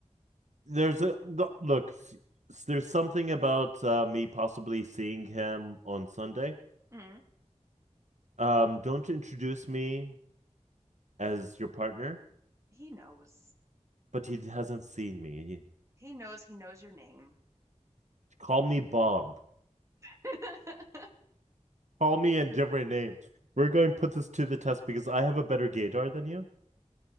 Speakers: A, on the right; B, on the right.
A: There's a the- look, s- there's something about uh, me possibly seeing him on Sunday.
B: Mm,
A: Um, don't introduce me as your partner,
B: he knows.
A: but he hasn't seen me.
B: He knows he knows your name.
A: Call me Bob.
B: <laughs>
A: Call me a different name. We're going to put this to the test because I have a better gaydar than you.